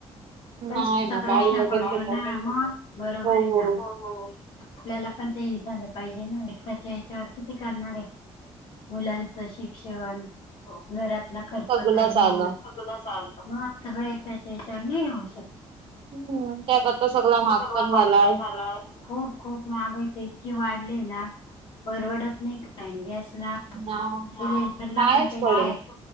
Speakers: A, on the left (about 55°); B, on the right (about 55°).
A: पैशाचा
B: नाही ना
A: प्रश्न
B: बाई वगैरे
A: पडतो
B: घेतात
A: ना मग बरोबर
B: हो
A: आहे ना आपल्याला पण ते झालं पाहिजे ना एकट्याच्या ह्याच्यावर किती करणार आहे. मुलांच शिक्षण घरात खर्च
B: सगळंच
A: दूध,
B: आलं
A: मग सगळच येत. मग सगळं त्याच्या एकट्याच्या ह्याच्यावर नाही होऊ शकत.
B: हम्म त्याकरता सगला
A: सगळा महाग
B: झालाय
A: पण झाला. खूप खूप महागाईच इतकी वाढली ना परवडत नाही काय गॅस सिलेंडरला
B: ना नाहीच
A: पण पैसे
B: पडत